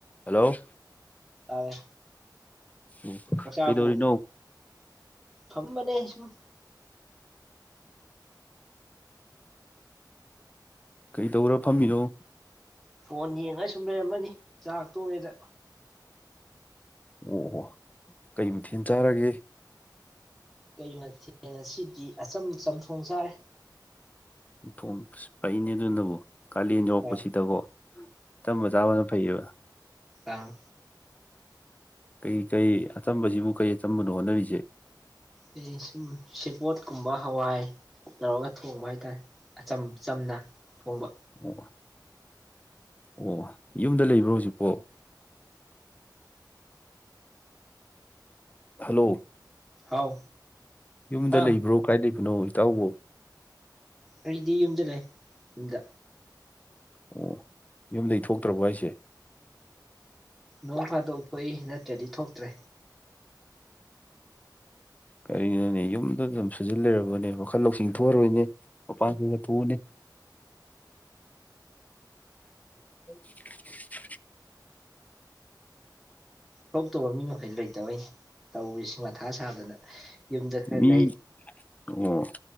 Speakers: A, on the left (about 20°); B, in the centre.
A: hello
B: ꯇꯥꯔꯦ
A: ꯎ
B: ꯆꯥꯛꯆꯥꯥꯕꯨ
A: ꯀꯩꯗꯧꯔꯤꯅꯣ
B: ꯐꯝꯕꯅꯦ ꯁꯨꯝ
A: ꯀꯩꯗꯧꯔꯒ ꯐꯝꯃꯤꯅꯣ
B: ꯐꯣꯟ ꯌꯦꯡꯉꯒ ꯁꯨꯝ ꯂꯩꯔꯝꯃꯕꯅꯤ ꯆꯥꯛ ꯇꯣꯛꯑꯦꯗ
A: ꯑꯣ ꯑꯣ ꯀꯩ ꯃꯊꯦꯟ ꯆꯥꯔꯒꯦ
B: ꯀꯩ ꯉꯁꯤꯗꯤ ꯑꯆꯝ ꯆꯝꯊꯣꯡ ꯆꯥꯔꯦ
A: ꯊꯣꯡꯁ ꯄꯩꯅꯦꯅꯪꯅꯕꯨ ꯀꯥꯂꯦꯟ ꯌꯣꯔꯛꯄꯁꯤꯗꯀꯣ
B: ꯑ
A: ꯑꯆꯝꯕ ꯆꯥꯕꯅ ꯐꯩꯌꯦꯕ
B: ꯑꯥ
A: ꯀꯩ ꯀꯩ ꯑꯆꯝꯕꯁꯤꯕꯨ ꯀꯩ ꯑꯆꯝꯕꯅꯣ ꯍꯣꯠꯅꯔꯤꯁꯦ
B: ꯑꯩ ꯁꯨꯝ ꯁꯦꯕꯣꯠ ꯀꯨꯝꯕ ꯍꯋꯥꯏ ꯇꯧꯔꯒ ꯊꯣꯡꯕ ꯍꯥꯏꯇꯥꯔꯦ ꯑꯆꯝ ꯆꯝꯅ ꯊꯣꯡꯕ
A: ꯑꯣ ꯑꯣ ꯌꯨꯝꯗ ꯂꯩꯕ꯭ꯔꯣ ꯍꯧꯖꯤꯛꯄꯣ ꯍꯂꯣ
B: ꯍꯥꯎ
A: ꯌꯨꯝꯗ
B: ꯑꯪ
A: ꯂꯩꯕ꯭ꯔꯣ ꯀꯥꯏ ꯂꯩꯕꯅꯣ ꯏꯇꯥꯎꯕꯨ
B: ꯑꯩꯗꯤ ꯌꯨꯝꯗ ꯂꯩ ꯌꯨꯝꯗ
A: ꯑꯣ ꯌꯨꯝꯗꯒꯤ ꯊꯣꯛꯇ꯭ꯔꯕ ꯍꯥꯏꯁꯦ
B: ꯅꯣꯡ ꯐꯥꯗꯣꯛ ꯊꯣꯛꯏ ꯅꯠꯇ꯭ꯔꯗꯤ ꯊꯣꯛꯇ꯭ꯔꯦ
A: ꯀꯔꯤꯒꯤꯅꯣꯅꯦ ꯌꯨꯝꯗ ꯑꯗꯨꯝ ꯁꯨꯖꯤꯜ ꯂꯩꯔꯕꯅꯦ ꯋꯥꯈꯜ ꯂꯧꯁꯤꯡ ꯊꯣꯛꯑꯔꯣꯏꯅꯦ ꯃꯄꯥꯟ ꯈꯔꯒ ꯊꯣꯛꯎꯅꯦ <inaudible> <unintelligible>
B: ꯊꯣꯛꯇꯕ ꯃꯤ ꯃꯈꯩꯗꯤ ꯂꯩꯇꯕꯩꯅꯤ ꯇꯧꯔꯤꯁꯦ ꯃꯊꯥ ꯁꯥꯗꯅ ꯌꯨꯝꯗ ꯈꯔ
A: ꯃꯤ
B: ꯂꯩ
A: ꯑꯣ